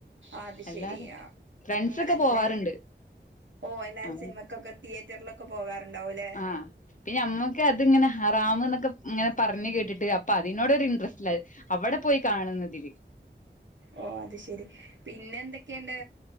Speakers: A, on the right; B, on the left.
A: അത്
B: അല്ലാതെ
A: ശരിയാ
B: ഫ്രണ്ട്സ്
A: അങ്ങനെല്ലെ
B: ഒക്കെ പോവാറുണ്ട്
A: ഓ എല്ലാരും
B: ആ
A: സിനിമക്കൊക്കെ തിയേറ്ററിലൊക്കെ പോകാറുണ്ടാവുംല്ലേ
B: ആ പിന്നെ നമ്മക്ക് അതിങ്ങനെ ഹറാമ് എന്നൊക്കെ ഇങ്ങനെ പറഞ്ഞ് കേട്ടിട്ട് അപ്പൊ അതിനോട് ഒരു ഇൻട്രസ്റ്റ് ഇല്ല അവിടെ പോയി കാണുന്നതില്
A: ഓ അത് ശെരി പിന്നെ എന്തൊക്കെയുണ്ട്